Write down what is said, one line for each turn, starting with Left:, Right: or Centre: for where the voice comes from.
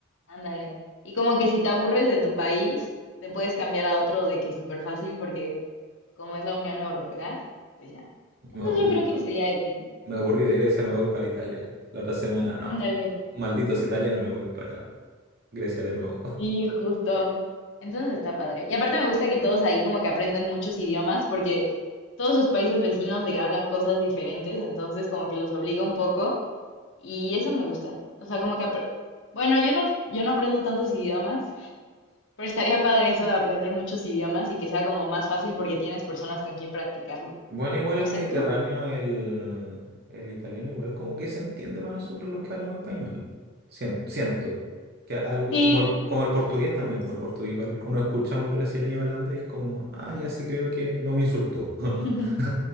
Left: ándale. Y como que si te aburres de tu país, te puedes cambiar a otro de que súper fácil, porque como es la Unión Europea, pues ya. Entonces
Right: Mo-
Left: yo creo que sería ahí.
Right: Me aburrí de Grecia, me voy para Italia. La otra semana, no.
Left: Ándale.
Right: Malditos italianos, me voy para Grecia de nuevo. <laughs>
Left: Y justo. Entonces está padre. Y aparte me gusta que todos ahí como que aprenden muchos idiomas porque todos sus países vecinos de que hablan cosas diferentes, entonces como que los obliga un poco y eso me gusta. O sea, como que apr- bueno, yo no yo no aprendo tantos idiomas, pero estaría padre eso de aprender muchos idiomas y que sea como más fácil porque tienes personas con quien practicarlo.
Right: Bueno, igual
Left: No
Right: el
Left: sé,
Right: Mediterráneo,
Left: ¿tú?
Right: el, el italiano, igual como que se entiende para nosotros los que hablamos español. Sien- Siento, que algo,
Left: Sí.
Right: como el, como el portugués también, por el portugués igual uno escucha a un brasileño hablando y es como, ah, ya sí creo que no me insultó. <laughs>
Left: <laughs>